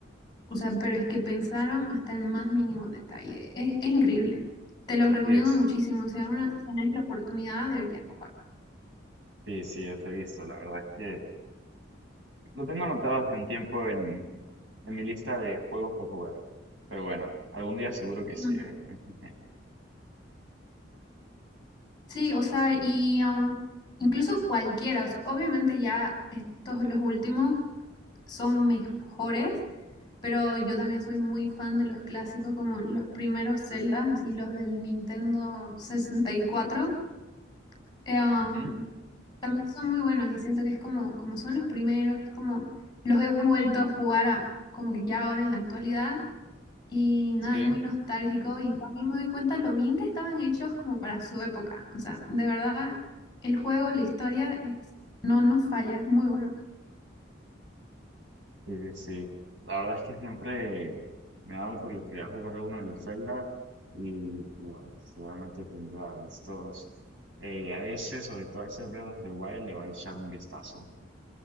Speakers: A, on the left; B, on the right.
A: o sea, pero es que pensaron hasta el más mínimo detalle. Es, es increíble. Te los recomiendo
B: Sí, es.
A: muchísimo. Si alguna vez tenés la oportunidad, deberías jugarlo.
B: Sí, sí, yo lo he visto. La verdad es que lo tengo anotado hace un tiempo en, en mi lista de juegos por jugar. Pero bueno, algún día seguro que
A: Mm.
B: sí, ¿eh? <laughs>
A: Sí, o sea, y um, incluso cualquiera, o sea, obviamente ya estos los últimos son mejores, Pero yo también soy muy fan de los clásicos, como los primeros Zeldas, así los del Nintendo 64. Eh, um,
B: Ujú,
A: también son muy buenos y siento que es como, como son los primeros, es como los he vuelto a jugar a- como que ya ahora en la actualidad y nada,
B: Sí.
A: es muy nostálgico y también me doy cuenta lo bien que estaban hechos como para su época. O sea, de verdad, el juego, la historia, es, no nos falla, es muy bueno.
B: Sí, sí. La verdad es que siempre me ha dado curiosidad jugar a uno de los Zelda y, y bueno, seguramente tendrá estos eh, a ese, sobre todo a ese Breath of the Wild, le va a echar un vistazo.